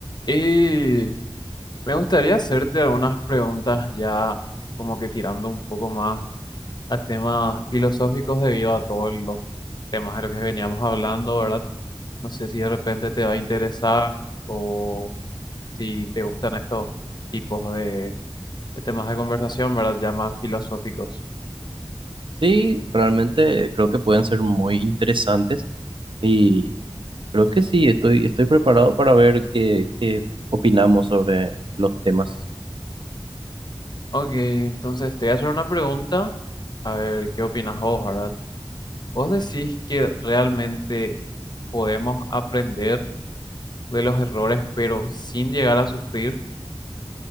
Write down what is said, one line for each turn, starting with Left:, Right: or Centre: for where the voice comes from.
Left: Y me gustaría hacerte algunas preguntas ya como que tirando un poco más a temas filosóficos debido a todos los temas de los que veníamos hablando, ¿verdad? No sé si de repente te va a interesar o si te gustan estos tipos de, de temas de conversación, ¿verdad? Ya más filosóficos.
Right: Sí, realmente creo que pueden ser muy interesantes y creo que sí, estoy, estoy preparado para ver qué, qué opinamos sobre los temas.
Left: Ok, entonces te voy a hacer una pregunta, a ver qué opinas vos, ¿verdad? ¿Vos decís que realmente podemos aprender? de los errores, pero sin llegar a sufrir.